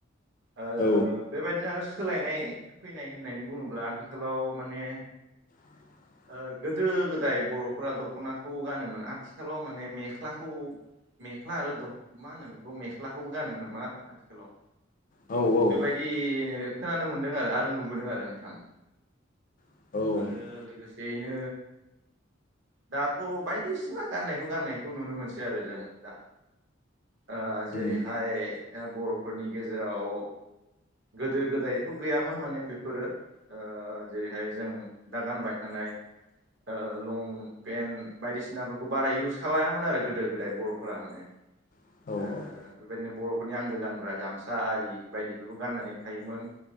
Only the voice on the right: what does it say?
ओ
बेबायदिनो आरो सोलायनाय फैनाय होननानै बुङोब्ला आथिखालाव माने
ओ गोदो गोदाय बर'फोरा दख'नाखौ गानोमोन आथिखालाव माने मेख्लाखौ मेख्ला आरो द मा होनो बेखौ मेख्लाखौबो गानो नामा आथिखालाव
बेबायदि
खोनानो मोनदों आरो आरो नुबोदों आरो नोंथां।
आरो लोगोसेयैनो दाथ' बायदिसिना गाननायखौ गाननायखौ नुनो मोनसै आरो जों दा। ओ जेरैहाय
ओ बर'फोरनि गेजेराव गोदो गोदायथ' गैयामोन माने बेफोरो ओ जेरैहाय जों दा गानबाय थानाय ओ लंपेन्ट बायदिसिनाफोरखौ बारा इउस खालायामोन आरो गोदो गोदाय बर'फोरा माने
ओ
बे बादिनो बर' फोरनि आंगो गानग्रा गामसा आरि बायदिफोरखौ गाननानै थायोमोन।